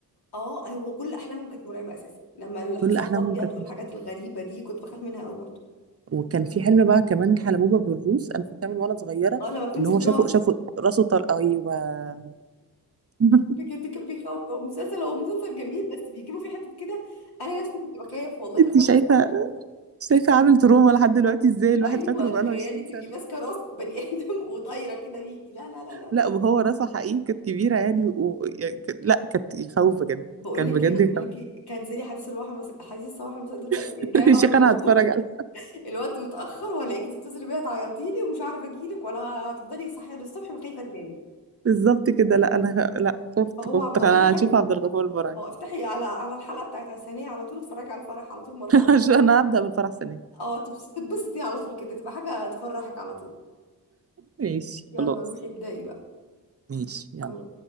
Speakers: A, on the left; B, on the right.
A: اه هو كل احلامهم كانت مرعبة اساسا لما الحصان
B: كل احلامهم
A: الابيض
B: كانت
A: والحاجات الغريبة دي كنت بخاف منها قوي برضه
B: وكان في حلم بقى كمان حلموه بابو الروس انا فاكره من وانا صغيره
A: اه لما بتمسك
B: ان هو شافوا
A: راس
B: شافوا راسه طلق ايوه <laughs>
A: بجد كان بيخوف هو مسلسل هو مسلسل جميل بس بيجيبوا فيه حتت كده انا نفسي كنت بخاف والله
B: انت
A: بخاف
B: شايفه
A: بجد.
B: شايفه عامل تروما لحد دلوقتي ازاي الواحد
A: ايوه
B: فاكره
A: تخيلي
B: بقاله 20
A: تبقي
B: سنه
A: ماسكه راس بني ادم <laughs> وطايره كده بيكي لا لا لا لا لا
B: لا وهو راسه حقيقي كانت كبيره يعني, و... يعني كانت- لا كانت يخوف بجد
A: بقول
B: كان
A: لك
B: بجد
A: ايه بقول
B: يخوف
A: لك ايه كنسلي حديث الصباح مس... حديث الصباح مساء دلوقتي
B: <laughs>
A: ارجعي لعبد
B: يا شيخ
A: الغفور
B: انا هتفرج على
A: الوقت متاخر وهلاقيكي تتصلي بيا تعيطي لي ومش عارفه اجي لك ولا هتفضلي صحيه للصبح ما خايفه تنامي
B: بالظبط كده لا انا خ... لا خفت
A: فهو
B: خفت
A: عبد الغفور
B: انا
A: كان
B: هشوف عبد الغفور البرعي
A: اه افتحي على على الحلقه بتاعت الثانيه على طول اتفرجي على الفرح على طول مره
B: <laughs>
A: واحده
B: عشان انا هبدا من فرح سنه
A: اه تبس- تتبسطي على طول كده تبقى حاجه تفرحك على طول
B: ماشي
A: يلا
B: خلاص
A: روحي ابدأي بقى
B: ماشي يلا
A: باي.